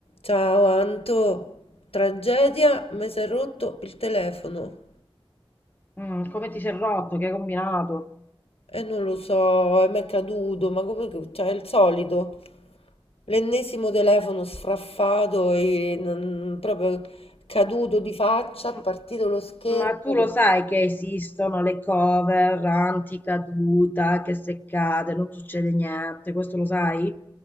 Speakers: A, on the left; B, on the left.
A: Ciao Anto, tragedia, mi si è rotto il telefono
B: Mm, come ti sei rotto? Che hai combinato?
A: e non lo so, e mi è caduto, ma come, che- cioè, è il solito, l'ennesimo telefono sfraffato e non- proprio caduto di faccia,
B: M-
A: è partito lo schermo.
B: Ma tu lo sai che esistono le cover anticaduta, che se cade non succede niente, questo lo sai?